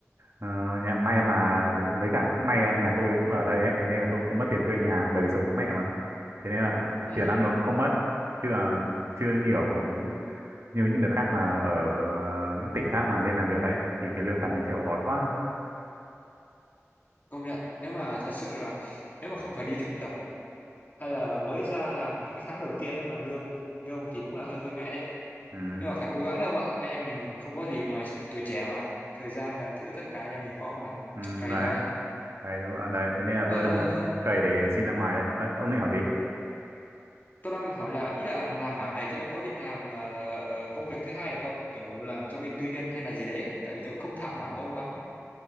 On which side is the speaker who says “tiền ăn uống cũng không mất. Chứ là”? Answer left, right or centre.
Right